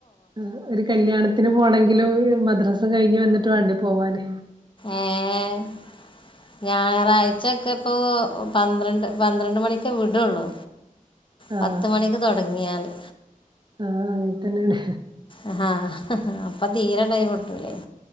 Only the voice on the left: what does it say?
ഏഹ് ഞായറാഴ്ച്ചെക്കപ്പോ പന്ത്രണ്ട് പന്ത്രണ്ട് മണിക്കെ വിടൊള്ളൂ.
പത്ത് മണിക്ക് തൊടങ്ങ്യാല്
ആഹ് അപ്പ തീരെ ടൈമ്ട്ടൂല്ലെയ്